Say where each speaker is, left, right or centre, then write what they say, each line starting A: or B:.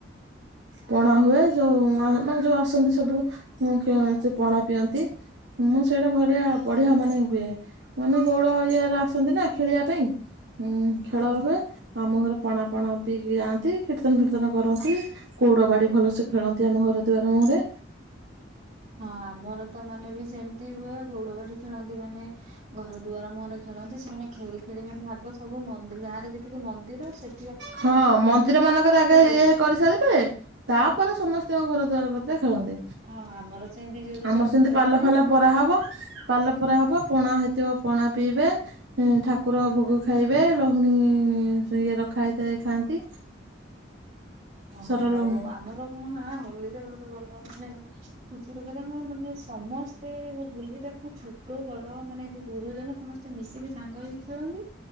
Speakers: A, on the right; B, on the right.
A: ପଣା ହୁଏ ଯୋଉ ମାନେ ଯୋଉ ଆସନ୍ତି ସବୁ ହଁ ସେ ପଣା ପିଅନ୍ତି। ମୁଁ ସେଇଟା ଘରେ ବଢିଆ ମାନେ ହୁଏ ମାନେ ଗୌଡ଼ ଇଏରେ ଆସନ୍ତି ନା ଖେଳିବା ପାଇଁ ଉଁ ଖେଳ ହୁଏ ଆମ ଘରେ ପଣା ପଣା ପିକି ଯାଆନ୍ତି କୀର୍ତ୍ତନ ଫୀର୍ତ୍ତନ କରନ୍ତି। ଗୋଡ ବାଡି ଭଲସେ ଖେଳନ୍ତି ଆମ ଘର ଦୁଆର ମୁହଁରେ।
B: ହଁ ଆମର ତ ମାନେ ବି ସେମିତି ହୁଏ ଗୋଡ ବାଡି ଖେଳନ୍ତି ମାନେ ଘର ଦୁଆର ମୁହଁରେ ଖେଳନ୍ତି ସେମାନେ ଖେଳି ଖେଳି ମାନେ ଆଗ ସବୁ ଗାଁରେ ଯେତିକି ମନ୍ଦିର ସେ
A: ହଁ ମନ୍ଦିର ମାନଙ୍କରେ ଆଗେ
B: ହୁଏ।
A: ଇଏ କରିସାରିବେ। ତାପରେ ସମସ୍ତଙ୍କ ଘର ଦ୍ୱାର କତିରେ ଖେଳନ୍ତି
B: ହଁ ଆମର ସେମିତି ଯୋଉ
A: ଆମର
B: ସବୁ
A: ସେମିତି
B: ଖେଳନ୍ତି
A: ପାଲ ଫାଲ ପରା ହବ ପାଲ ପରା ହବ ପଣା ହେଇଥିବ ପଣା ପିଇବେ। ଇଁ ଠାକୁର ଭୋଗ ଖାଇବେ ଲହୁଣୀ ଇଏ ର ଖାଇ ଦଇ ଖାଆନ୍ତି।
B: ହ
A: ସର
B: ଆଉ
A: ଲହୁଣୀ
B: ଆମର କଣ ହୋଲିରେ ଗୋଟେ ଭଲ ମାନେ ଖୁସି ଲୋକ ତାଙ୍କର ମାନେ ସମସ୍ତେ ହୋଲି ଟାକୁ ଛୋଟ ବଡ ମାନେ ଗୁରୁଜନ ସମସ୍ତେ ତେ ମିଶିକି ସାଙ୍ଗ ହେଇକି ଖେଳନ୍ତି।